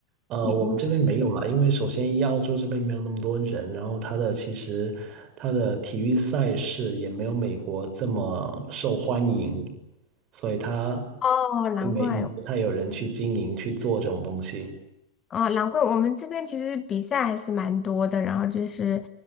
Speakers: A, on the right; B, on the left.
A: 呃，
B: 你你
A: 我们这边没有了，因为首先一澳洲这边没有那么多人，然后它的其实它的体育赛事也没有美国这么受欢迎，所以它
B: 哦，难怪哦，
A: 并没不太有人去经营去做这种东西
B: 哦难怪我们这边其实比赛还是蛮多的。然后就是，